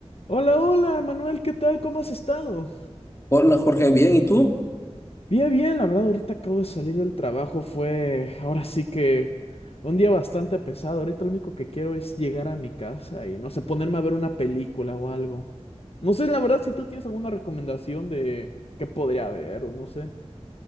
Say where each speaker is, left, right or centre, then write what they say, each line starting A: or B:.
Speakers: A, on the left (about 60°); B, on the left (about 25°).
A: Hola, hola, Manuel, ¿qué tal? ¿Cómo has estado?
B: Hola Jorge, bien, ¿y tú?
A: Bien, bien, la verdad, ahorita acabo de salir del trabajo, fue ahora sí que un día bastante pesado. Ahorita lo único que quiero es llegar a mi casa y no sé, ponerme a ver una película o algo. No sé, la verdad, si tú tienes alguna recomendación de qué podría ver o no sé.